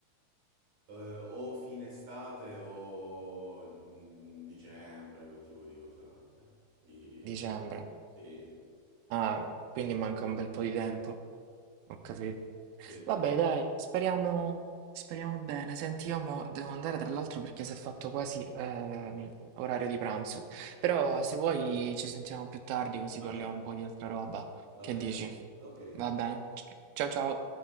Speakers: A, on the right; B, on the right.
A: Eh, o fine estate o mm, dicembre, quel tipo di cose là. Sì. Di...
B: Dicembre.
A: Sì,
B: Ah, quindi manca un bel po' di tempo. Ho capito.
A: sì.
B: Vabbè, dai, speriamo, speriamo bene. Senti, io mo devo andare tra l'altro perché si è fatto quasi ehm, orario di pranzo. Però se vuoi ci sentiamo più tardi così parliamo
A: Va bene.
B: un po' di altra roba.
A: Va
B: Che
A: bene.
B: dici?
A: Ok.
B: Va bene. Ciao ciao.